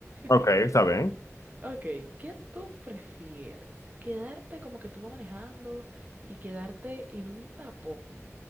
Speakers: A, on the left; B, on the right.
A: Ok,
B: <laughs>
A: está bien.
B: Ok, ¿qué tú prefieres? ¿Quedarte como que tú vas manejando y quedarte en un tapón?